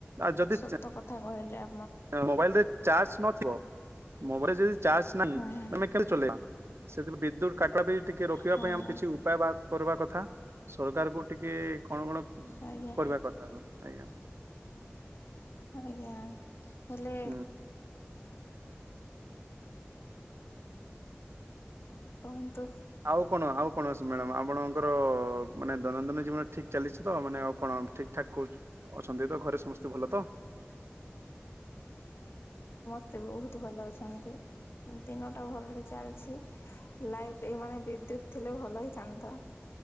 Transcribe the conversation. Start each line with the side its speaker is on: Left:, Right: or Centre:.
Right: ଆଉ ଯଦିଛ
Left: ସତ କଥା କରିଲେ ଆ
Right: ମୋବାଇଲରେ ଚାର୍ଜ ନଥିବ ମୋବାଇଲ ଯଦି ଚ ନାହିଁ
Left: ହୁଁ ହୁଁ
Right: ତମେ କୋ ଚଲେଇବା ସେଥିପରେ ବିଦ୍ୟୁତ କାଟିବା ବି ଟିକେ ରୋକିବା
Left: ହଁ
Right: ପାଇଁ ଆମ କିଛି ଉପାୟ ବା କରିବା କଥା ଥା ସରକାର କ ଟିକେ କଣ କଣ?
Left: ଆଜ୍ଞା
Right: କର କଥା ଆଜ୍ଞା
Left: ଆଜ୍ଞା ହେଲେ
Right: ହୁଁ।
Left: କୁହନ୍ତୁ
Right: ଆଉ କଣ ଆଉ କଣ ଅ ମ୍ୟାଡାମ ଆପଣଙ୍କର ମାନେ ଦୈନନ୍ଦିନ ଜୀବନ ଠିକ ଚାଲିଛି ତ ମାନେ ଆଉ କଣ ଠିକ ଠାକ ଅଛନ୍ତି ତ ଘରେ ସମସ୍ତେ ଭଲ ତ
Left: ମତେ ବହୁତ ଭଲ ଅଛନ୍ତି ଦିନଟା ଭଲରେ ଚାଲିଛି ଲାଇଟ୍ ଏମାନୋନେ ବିଦ୍ୟୁତ ଥିଲେ ଭଲ ହେଇଥାନ୍ତା।